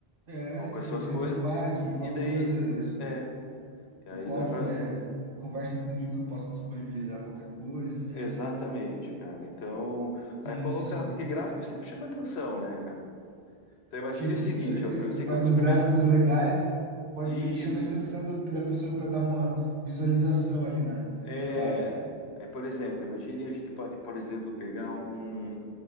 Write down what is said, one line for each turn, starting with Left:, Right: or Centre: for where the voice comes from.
Right: é,
Left: ou
Right: que
Left: quais
Right: foi
Left: são as
Right: feito
Left: coisas,
Right: em Python,
Left: e,
Right: qualquer
Left: e daí
Right: coisa, a gente-
Left: é, e aí
Right: o código
Left: dá para
Right: é, conversa comigo que eu posso disponibilizar qualquer coisa, né?
Left: exatamente, cara. Então, aí
Right: Sim,
Left: colocar,
Right: sim.
Left: porque gráfico sempre chama atenção, né, cara? Então imagine
Right: Sim,
Left: o seguinte,
Right: com certeza.
Left: ó, eu sei
Right: Faz
Left: que é um dos
Right: uns
Left: primeiros
Right: gráficos legais, pode
Left: isso,
Right: ser que chame a atenção do- da pessoa para dar uma visualização ali na,
Left: É,
Right: na página. né?
Left: aí, por exemplo, imagine a gente pode, por exemplo, pegar um, um-